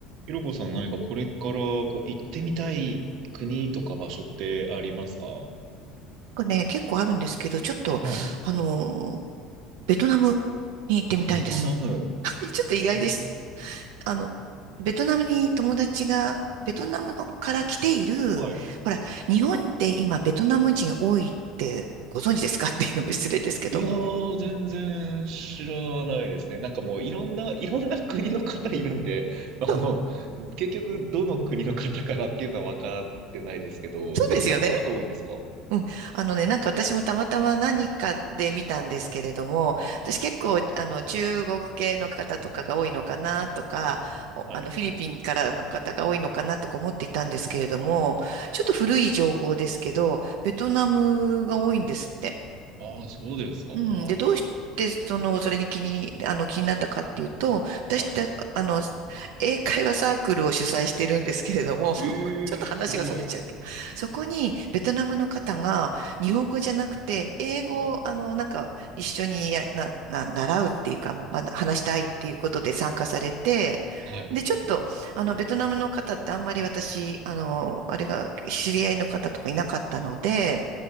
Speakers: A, on the right (about 50°); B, on the right (about 75°).
A: ひろこさん何かこれからこう行ってみたい国とか場所ってありますかは
B: なんかね、結構あるんですけど、ちょっと、
A: い。
B: あの、ベトナムに行ってみたいんです。
A: ベトナム。
B: <laughs> ちょっと意外です。
A: えー、
B: あの、ベトナムに友達が、ベトナムのから来ている、
A: はい。
B: ほら、日本って今ベトナム人多いってご存知ですかっていうのも失礼ですけど。
A: いやー、全然知らないですね。なんかもういろんな、<laughs> いろんな国の方いるんで、<laughs> あの、
B: そう、
A: 結局どの国の方からっていうのは分かってないですけど、
B: そうですよね。
A: ベトナムの方多いんですか
B: うん。あのね、なんか私もたまたま何かで見たんですけれども、
A: はい。
B: 私結構、あの、中国系の方とかが多いのかなとか、おあの、
A: はい。
B: フィリピンからの方が多いのかなとか思っていたんですけれども、
A: はい。はい。
B: ちょっと古い情報ですけど、ベトナムが多いんですって。
A: ああ、そうですか。は
B: うん。で、どうして、その、それに気に、あの、気になったかっていうと、私って、
A: あ。はい。
B: あの、英会話サークルを主催してるんですけれども、<laughs>
A: え
B: ちょっと話がそれちゃうけど、
A: えー、すごい。
B: そこにベトナムの方が日本語じゃなくて、英語を、
A: はい。
B: あの、なんか、一緒にや、な、な、習うっていうか、まだ話したいっていうことで参加されて、
A: はい。
B: で、ちょっと、あの、ベトナムの方ってあんまり私、あの、あれが、知り合いの方とかいなかったので、